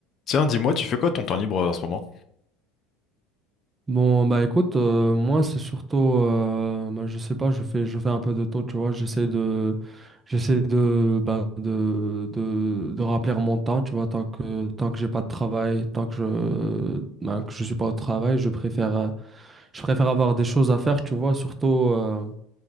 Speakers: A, on the left; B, on the right.
A: Tiens, dis-moi, tu fais quoi ton temps libre euh, en ce moment?
B: Bon, bah écoute, euh, moi c'est surtout, euh, bah, je sais pas, je fais, je fais un peu de tout, tu vois, j'essaie de, j'essaie de, bah, de, de, de remplir mon temps, tu vois, tant que, tant que j'ai pas de travail, tant que je, bah, que je suis pas au travail, je préfère, euh, je préfère avoir des choses à faire, tu vois, surtout, euh,